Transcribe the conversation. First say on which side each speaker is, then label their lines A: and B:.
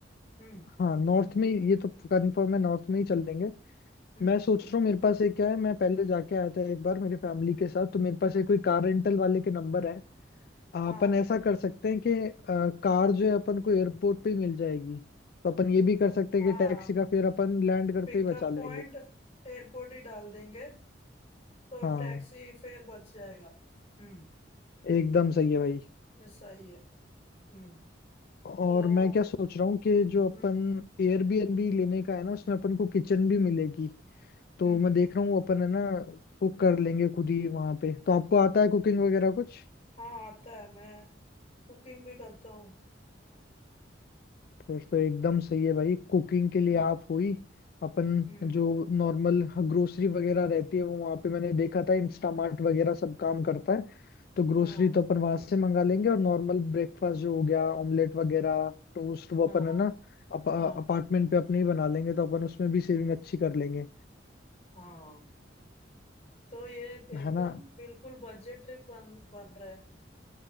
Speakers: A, on the left (about 35°); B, on the left (about 55°).
A: हम्म
B: हाँ नॉर्थ में ये तो कंफर्म है नॉर्थ में ही चलेंगे
A: हम्म
B: मैं सोच रहा हूँ मेरे पास एक क्या है मैं पहले जाके आया था एक बार मेरे फैमिली के साथ तो मेरे पास एक कोई कार रेंटल वाले के नंबर है
A: हाँ
B: अपन ऐसा कर सकते हैं कि अ, कार जो है अपन को एयरपोर्ट पे ही मिल जाएगी तो अपन ये भी कर सकते
A: हाँ
B: हैं कि टैक्सी का फेयर अपन लैंड करते
A: पिकअप
B: ही बचा लेंगे
A: पॉइंट एयरपोर्ट ही डाल देंगे तो
B: हाँ
A: टैक्सी फेयर बच जाएगा हम्म
B: एकदम सही है भाई
A: ये सही है हम्म
B: और
A: तो
B: मैं क्या सोच रहा हूँ कि जो
A: हम्म
B: अपन एयरबीएनबी लेने का है ना उसमें अपन को किचन भी मिलेगी तो
A: हम्म
B: मैं
A: हम्म
B: देख रहा हूँ अपन है ना कुक कर लेंगे खुद ही वहां पे तो आपको आता है कुकिंग वगैरह कुछ
A: हाँ आता है मैं कुकिंग भी करता हूँ
B: फिर तो एकदम सही है भाई कुकिंग के लिए
A: हम्म
B: आप हुई अपन
A: हम्म
B: जो नॉर्मल ग्रोसरी वगैरह रहती है वो वहां पे मैंने देखा था इंस्टामार्ट वगैरह सब काम करता है तो ग्रोसरी
A: हाँ
B: तो अपन वहां से मंगा लेंगे और नॉर्मल ब्रेकफास्ट जो हो गया ऑमलेट वगैरह टोस्ट वो
A: हाँ
B: अपन
A: हाँ
B: है ना अप,
A: हाँ
B: अपार्टमेंट पे अपने ही बना लेंगे तो अपन उसमें भी सेविंग अच्छी कर लेंगे
A: हाँ तो ये एकदम
B: है ना
A: बिल्कुल बजट ट्रिप बन बन रहा है